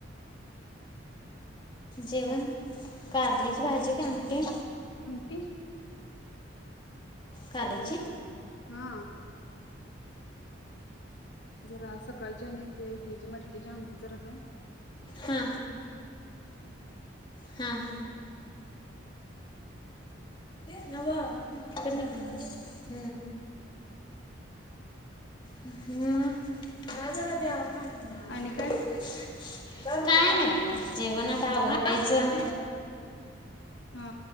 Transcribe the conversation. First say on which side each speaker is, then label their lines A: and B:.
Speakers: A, on the left; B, on the left.
A: जेवण, कारल्याची भाजी कां आमटी?
B: <inaudible>
A: कार्यची?
B: हा जरा आज सकाळची आणि ते हेची मटकीची आमटी जरा हाय
A: हा हा <unintelligible> नव्हं <unintelligible> हम्म <unintelligible> हम्म <unintelligible>
B: आणि काय
A: काय नाही जेवण आता आवरायचं....
B: हा